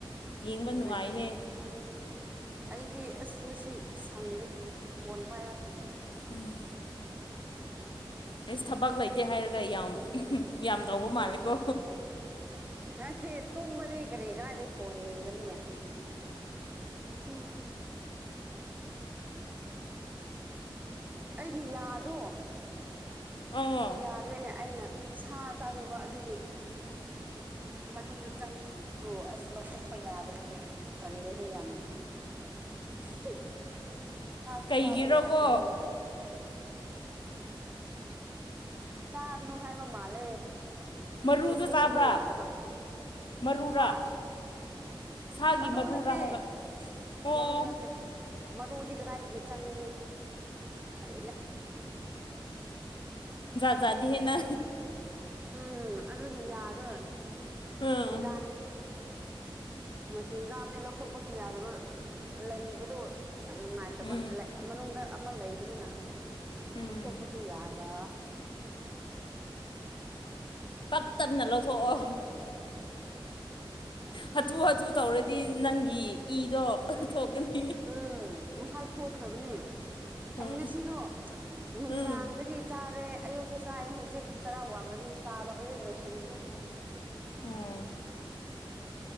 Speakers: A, on the left; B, on the right.
A: ꯌꯦꯡꯕ
B: ꯇꯧꯔꯦ
A: ꯅꯨꯡꯉꯥꯏꯍꯦ
B: ꯑꯣ ꯑꯩꯗꯤ ꯑꯁ ꯉꯁꯤ ꯁꯪꯗꯦ ꯐꯣꯟ ꯄꯥꯏꯕ ꯁꯪꯗꯦ
A: ꯎꯝ ꯑꯦꯁ ꯊꯕꯛ ꯂꯩꯇꯦ ꯍꯥꯏꯔꯒ ꯌꯥꯝ ꯌꯥꯝ ꯇꯧꯕ ꯃꯥꯜꯂꯦꯀꯣ
B: ꯉꯁꯦ ꯇꯨꯝꯕꯗꯤ ꯀꯔꯤ ꯀꯥꯏꯗꯒꯤꯩ ꯐꯣꯟ ꯌꯦꯡꯒꯅꯤ ꯃꯁꯤꯁꯤ ꯑꯩꯒꯤ ꯌꯥꯗꯣ
A: ꯑꯣ
B: ꯌꯥꯗ꯭ꯔꯦꯅꯦ ꯑꯩꯅ ꯁꯥ ꯆꯥꯔꯨꯕ ꯑꯗꯨꯒꯤ ꯎꯝ ꯃꯅꯨꯡꯗ ꯆꯪꯈꯕꯗꯣ ꯑꯁ ꯂꯧꯊꯣꯛꯄ ꯌꯥꯗꯕꯒꯤ ꯄꯜꯂꯦꯍꯦ ꯌꯥꯝꯅ <unintelligible> ꯁꯥꯁꯨ
A: ꯀꯩꯒꯤꯔꯣꯀꯣ
B: ꯆꯥꯕ ꯌꯥꯗ꯭ꯔꯦ ꯆꯥꯒꯅꯨ ꯍꯥꯏꯕ ꯃꯥꯜꯂꯦ
A: ꯃꯔꯨꯗꯣ
B: ꯂꯧꯊꯣꯛꯄꯁꯨ
A: ꯆꯥꯕ꯭ꯔꯥ
B: ꯌꯥꯗꯕ
A: ꯃꯔꯨꯔꯥ
B: ꯍꯥ
A: ꯁꯥꯒꯤ
B: ꯃꯔꯨ
A: ꯃꯔꯨꯔꯥ
B: ꯅꯠꯇꯦ
A: ꯍꯥꯏꯕ ꯑꯣ ꯑꯣ
B: ꯃꯔꯨ ꯅꯠꯇꯦ ꯃꯔꯨꯗꯤ ꯀꯗꯥꯏꯗꯒꯤ ꯆꯪꯒꯅꯤ ꯑꯩ
A: ꯥꯖꯥꯗꯤ ꯍꯦꯅ
B: ꯎꯝ ꯑꯗꯨꯗꯤ ꯌꯥꯗꯣꯏ
A: ꯑꯥ
B: ꯕꯦꯔꯥꯅꯦ ꯃꯆꯤꯟ ꯀꯥꯕꯅꯦ ꯂꯧꯊꯣꯛꯄꯁꯨ ꯌꯥꯗꯕ ꯂꯩꯕꯗꯣ ꯌꯥꯝ ꯅꯨꯡꯉꯥꯏꯇꯕ
A: ꯎꯝ
B: ꯃꯅꯨꯡꯗ ꯑꯃ ꯂꯩꯕꯅꯤꯅ
A: ꯎꯝ
B: ꯂꯧꯊꯣꯛꯄꯁꯨ ꯌꯥꯗ ꯌꯥꯝ ꯇꯦ
A: ꯄꯛ ꯇꯞꯅ ꯂꯧꯊꯣꯛꯑꯣ ꯍꯥꯊꯨ ꯍꯥꯊꯨ ꯇꯧꯔ ꯍꯥꯏꯗꯤ ꯅꯪꯒꯤ ꯏꯗꯣ ꯊꯣꯛꯀꯅꯤ
B: ꯎꯝ ꯉꯁꯥꯏ ꯊꯣꯛꯈ꯭ꯔꯕꯅꯦ ꯑꯩ
A: ꯎꯝ
B: ꯉꯁꯤꯗꯣ ꯅꯨꯡꯗꯥꯡꯗꯒꯤ
A: ꯎꯝ
B: ꯆꯥꯔꯦ ꯑꯌꯨꯛꯁꯨ ꯆꯥꯏꯌꯦ ꯍꯧꯖꯤꯛ ꯆꯔꯥꯎ ꯋꯥꯟꯕꯗꯨꯁꯨ ꯆꯥꯕ ꯑꯗꯨꯗꯤ ꯂꯣꯏꯁꯤꯟ꯭ꯔ
A: ꯎꯝ